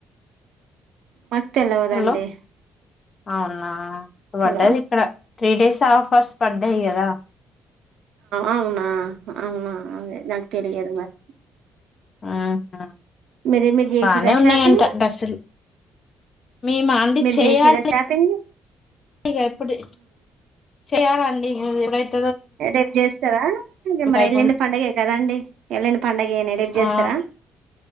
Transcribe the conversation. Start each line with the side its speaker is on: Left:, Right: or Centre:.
Right: మాకు తెలవదండి
Left: హలో అవునా పడ్డది
Right: హలో
Left: ఇక్కడ త్రీ డేస్ ఆఫర్స్ పడ్డాయి కదా
Right: అవునా అవునా అదే నాకు తెలియదు మరి
Left: మ్మ్ హ్మ్
Right: మీరు మీరు చేసిరా
Left: బానే ఉన్నాయింట
Right: షాపింగ్
Left: డ్రస్సులు మీ మాంది
Right: మీరు
Left: చేయాలి
Right: చేసిరా షాపింగ్
Left: ఇగా ఇప్పుడే చేయాలా అండి ఇన్ వైప్
Right: రేపు చేస్తారా మరి
Left: అయిపోదు
Right: ఎల్లిండి పండుగే కదా అండి ఎల్ళని పండుగనే రేపు చేస్తారా
Left: ఆ